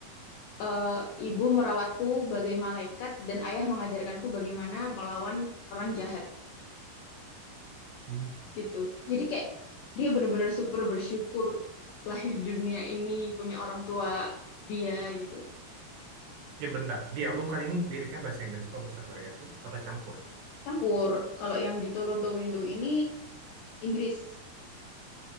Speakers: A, on the left; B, on the right.
A: eh, ibu merawatku bagai malaikat dan ayah mengajarkanku bagaimana melawan orang jahat
B: Hmm.
A: gitu. Jadi kayak dia benar-benar super bersyukur lahir di dunia ini punya orang tua dia gitu.
B: Ya bentar, di album kali ini liriknya bahasa Inggris atau bahasa Korea sih? Apa campur?
A: Campur. Kalau yang di Toronto Window ini Inggris.